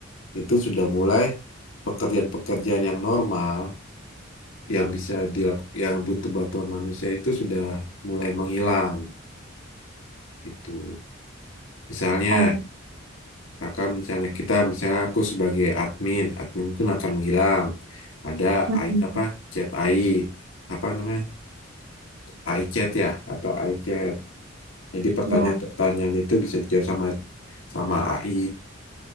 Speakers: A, on the left; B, on the right.
A: itu sudah mulai pekerjaan-pekerjaan yang normal yang bisa dilakukan yang butuh bantuan manusia itu sudah mulai menghilang gitu. Misalnya
B: Ah,
A: kakak misalnya kita misalnya aku sebagai admin, admin itu akan menghilang. Ada
B: mm-mm.
A: AI, apa chat AI apa namanya AI chat ya atau AI chat. Jadi pertanyaan-pertanyaan
B: Ya.
A: itu bisa dijawab sama sama AI.